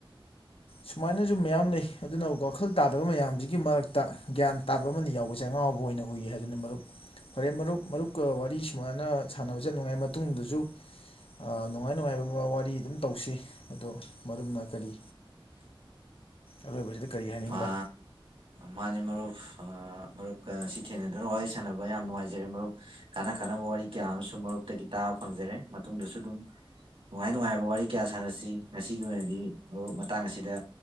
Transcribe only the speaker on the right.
<inaudible>
<inaudible>
ꯃꯥ ꯃꯥꯅꯦ ꯃꯔꯨꯞ ꯑ ꯃꯔꯨꯞꯀ ꯉꯁꯤ ꯊꯦꯡꯅꯗꯨꯅ ꯋꯥꯔꯤ ꯁꯥꯟꯅꯕ ꯌꯥꯝ ꯅꯨꯡꯉꯥꯏꯖꯔꯦ ꯃꯔꯨꯞ꯫ ꯀꯥꯟꯅ ꯀꯥꯟꯅꯕ ꯋꯥꯔꯤ ꯀꯌꯥ ꯑꯃꯁꯨ ꯃꯔꯨꯞꯇꯒꯤ ꯇꯥꯕ ꯐꯪꯖꯔꯦ ꯃꯇꯨꯡꯗꯁꯨ ꯑꯗꯨꯝ ꯅꯨꯡꯉꯥꯏ ꯅꯨꯡꯉꯥꯏꯕ ꯋꯥꯔꯤ ꯀꯌꯥ ꯁꯥꯟꯅꯁꯤ ꯉꯁꯤꯒꯤ ꯑꯣꯏꯅꯗꯤ ꯃꯔꯨꯞ ꯃꯇꯥꯡ ꯑꯁꯤꯗ